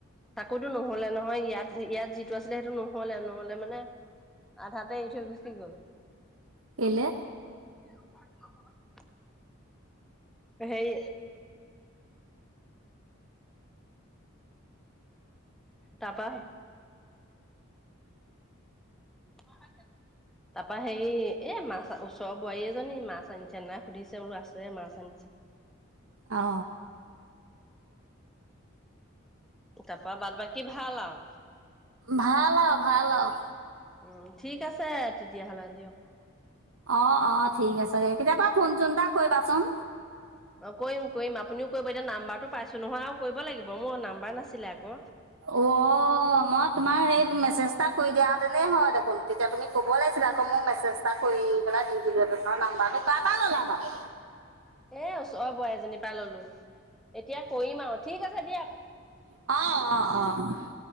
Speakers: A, in the centre; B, on the right.
A: চাকইটো নহলে নহয় ইয়াত ইয়াত যিটো আছিলে সেইটো নহলে নহলে মানে আধাতে এৰি থৈ গুচি গ'ল।
B: কেলে?
A: <unintelligible> সেই, তাৰপা, তাৰপা হেৰি এ মাছ ওচৰৰ বোৱাৰী এজনী মাছ আনিছে নাই সুধিছে বোলো আছে মাছ আনিছে।
B: অ অ।
A: তাৰাপা বাদ বাকী ভাল আৰু,
B: ভাল আউ ভাল আউ।
A: উম ঠিক আছে তেতিয়াহ'লে দিয়ক।
B: অ অ থিক আছে দে কেতিয়াবা ফোন চোন এটা কৰিবাচোন।
A: অ কৰিম কৰিম আপুনিও কৰিব এতিয়া নাম্বাৰটো পাইছো নহয় আৰু কৰিব লাগিব মোৰ নাম্বাৰ নাছিলে আক।
B: উঅ মই তোমাৰ সেই মেছেজ এটা কৰি দিয়া তেনেই হয় দেখোন তেতিয়া তুমি, ক'ব লাগিছিলে আকৌ মোক মেছেজ এটা কৰি পেলাই দি দিলো হেতেন নাম্বাৰটো কাৰ পৰা ল'লা বাৰু,
A: এই ওচৰৰ বোৱাৰী এজনীৰ পৰা ললো, এতিয়া কৰিম আৰু ঠিক আছে দিয়ক।
B: অ অ অ